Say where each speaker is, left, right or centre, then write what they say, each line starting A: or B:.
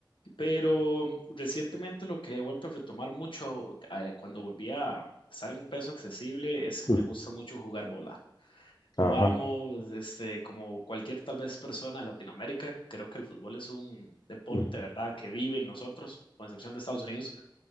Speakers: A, on the left (about 80°); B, on the left (about 50°).
A: Pero mm, recientemente lo que he vuelto a retomar mucho eh, cuando volví a estar en un peso accesible es que
B: Mm,
A: me gusta mucho jugar bola. Lo
B: Ajá.
A: amo, este, como cualquier tal vez persona de Latinoamérica, creo que el fútbol es un deporte,
B: Mm,
A: ¿verdad? Que vive en nosotros, con excepción de Estados Unidos.